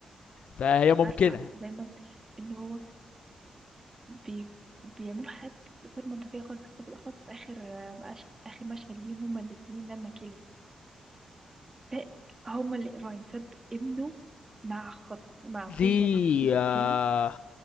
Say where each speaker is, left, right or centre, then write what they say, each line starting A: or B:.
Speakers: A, on the left; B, on the right.
A: فهي
B: مش
A: ممكنة
B: عارفه حاسة دايما ان هو بي بيعملوا حاجات غير منطقيه خالص حتى بالاخص في اخر آه، مش- اخر مشهد ليهم هما الاثنين لما كيلي ت- هما اللي راين ساب ابنه مع خط مع
A: دي
B: جوز ولا خطيب
A: آه
B: كيلي